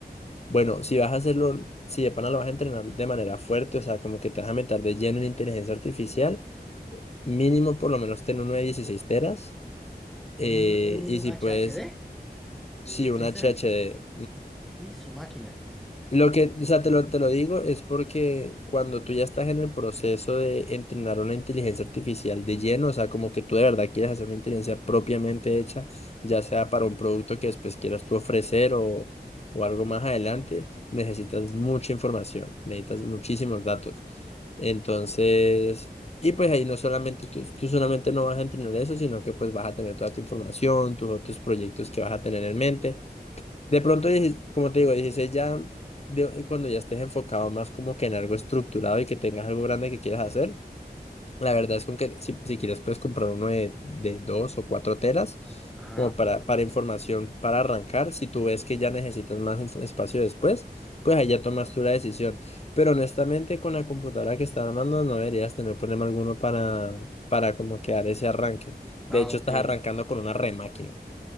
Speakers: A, on the left; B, in the centre.
A: bueno, si vas a hacerlo, si de pana lo vas a entrenar de manera fuerte, o sea, como que te vas a meter de lleno en inteligencia artificial, mínimo por lo menos ten uno de 16 teras. eh,
B: Un, un
A: y si
B: h
A: puedes,
B: h d de
A: si
B: 16
A: una HH,
B: teras y su máquina.
A: lo que, o sea, te lo, te lo digo es porque cuando tú ya estás en el proceso de entrenar una inteligencia artificial de lleno, o sea, como que tú de verdad quieres hacer una inteligencia propiamente hecha, ya sea para un producto que después quieras tú ofrecer o, o algo más adelante, necesitas mucha información, necesitas muchísimos datos. Entonces, y pues ahí no solamente tú, tú solamente no vas a entrenar eso, sino que pues vas a tener toda tu información, tus otros proyectos que vas a tener en mente. De pronto, dieci- como te digo, 16 ya, de- cuando ya estés enfocado más como que en algo estructurado y que tengas algo grande que quieras hacer, la verdad es como que si, si quieres puedes comprar uno de, de dos o cuatro telas
B: Ajá.
A: como para, para información, para arrancar. Si tú ves que ya necesitas más info- espacio después, pues ahí ya tomas tú la decisión. Pero honestamente, con la computadora que estás armando no deberías tener problema alguno para, para como que dar ese arranque. De
B: Ah,
A: hecho,
B: ok.
A: estás
B: Sí,
A: arrancando con una remáquina.